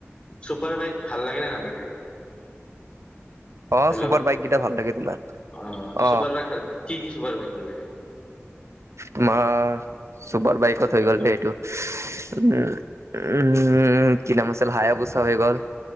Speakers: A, on the left; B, on the right.
A: চুপাৰ বাইক ভাল লাগে নে নালাগে?
B: অ
A: হেল্ল'ও
B: চুপাৰ বাইক কেইটা ভাল লাগে তোমাৰ
A: অঁ
B: অ
A: চুপাৰ বাইক ভাল কি কি চুপাৰ বাইক ভাল লাগে?
B: তোমাৰ চুপাৰ বাইকত
A: উম,
B: হৈ গ'ল এইটো উম, উম কি নাম আছিল হায়াবুছ হৈ গ'ল।